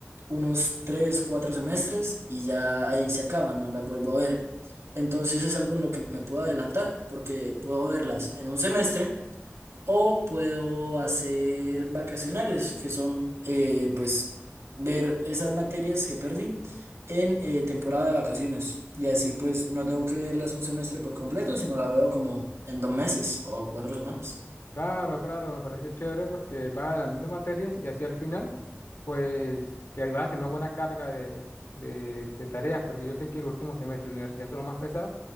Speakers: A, on the right; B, on the left.
A: unos tres, cuatro semestres y ya ahí se acaban, no las vuelvo a ver. Entonces es algo en lo que me puedo adelantar porque puedo verlas en un semestre. O puedo hacer vacacionales, que son eh, pues ver esas materias que perdí en eh, temporada de vacaciones. Y así pues no tengo que verlas un semestre por completo, sino la veo como en dos meses o cuatro semanas.
B: Claro, claro, me pareció chévere porque vas adelantando materias y así al final, pues que ahí vas a tener una buena carga de, de, de tareas, porque yo sé que los últimos semestres de universidad son los más pesados,